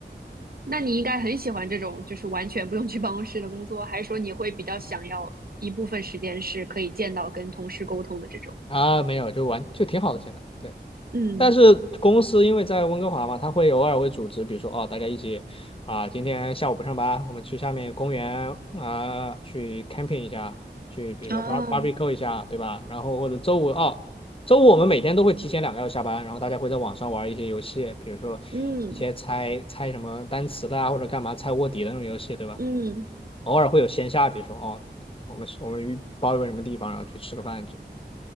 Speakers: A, on the right; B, on the left.
A: 那你应该很喜欢这种就是完全不用去办公室的工作，还是说你会比较想要一部分时间是可以见到跟同事沟通的这种？
B: 啊，没有，就玩就挺好的，现在。对。
A: 嗯，
B: 但是公司因为在温哥华嘛，他会偶尔会组织，比如说哦，大家一起啊、今天下午不上班，我们去下面公园啊、去 camping 一下，去比如说
A: 啊，
B: bar barbecue 一下，对吧？然后或者周五哦，周五我们每天都会提前两个小时下班，然后大家会在网上玩一些游戏，比如说一些猜猜什么单词的啊，
A: 嗯
B: 或者干嘛猜卧底的那种游戏，对吧？
A: 嗯，
B: 偶尔会有线下，比如说哦，我们我们包一个什么地方，然后去吃个饭，这